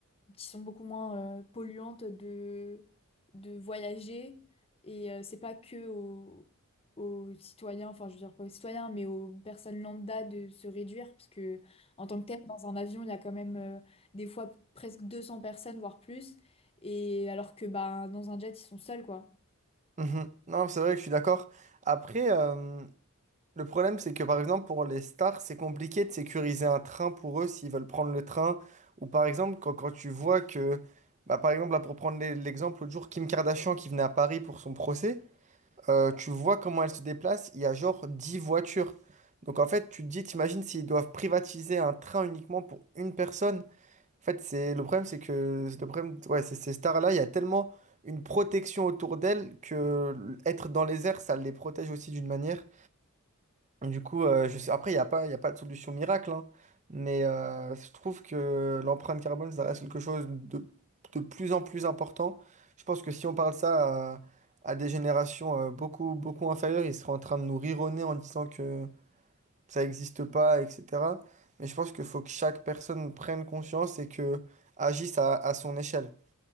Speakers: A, on the left; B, on the right.
A: qui sont beaucoup moins euh, polluantes de, de voyager. Et euh, c'est pas que aux, aux citoyens, enfin je veux dire pas aux citoyens, mais aux personnes lambda de se réduire, parce que en tant que tel, dans un avion, il y a quand même euh, des fois presque 200 personnes, voire plus. Et alors que bah, dans un jet, ils sont seuls, quoi.
B: Mhm. Non, c'est vrai que je suis d'accord. Après, euh, Le problème, c'est que par exemple, pour les stars, c'est compliqué de sécuriser un train pour eux s'ils veulent prendre le train. Ou par exemple, quand, quand tu vois que, bah, par exemple, là, pour prendre l'e- l'exemple, l'autre jour, Kim Kardashian qui venait à Paris pour son procès, euh, tu vois comment elle se déplace, il y a genre 10 voitures. Donc en fait, tu te dis, t'imagines s'ils doivent privatiser un train uniquement pour une personne. En fait, c'est le problème, c'est que le problème, ouais, c'est ces stars-là, il y a tellement une protection autour d'elles que être dans les airs, ça les protège aussi d'une manière. Du coup, euh, je sais- après, il n'y a pas, il a pas de solution miracle, hein. mais euh, je trouve que l'empreinte carbone, ça reste quelque chose de, de plus en plus important. Je pense que si on parle ça à, à des générations euh, beaucoup, beaucoup inférieures, ils seraient en train de nous rironner en disant que ça n'existe pas, etc. Mais je pense qu'il faut que chaque personne prenne conscience et que agisse à, à son échelle.